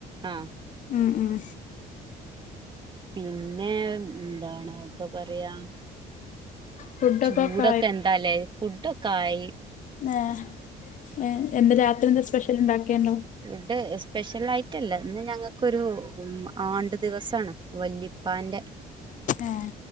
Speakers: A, on the right; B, on the left.
A: ആഹ്
B: ഉം ഉം
A: പിന്നെ എന്താണ് ഇപ്പൊ പറയാ
B: ഫുഡൊക്കെ
A: ചൂടൊക്കെ
B: ഒക്കെ
A: എന്താല്ലേ ഫുഡൊക്കെ ആയി
B: ഏ ഹ് എന്താ രാത്രി എന്താ സ്പെഷ്യൽ ഉണ്ടാക്കൽണ്ടോ
A: ഫുഡ് സ്പെഷ്യൽ ആയിട്ടല്ല ഇന്ന് ഞങ്ങൾക്കൊരു ആണ്ട് ദിവസാണ് വല്ലുപ്പാന്റെ
B: ഏഹ്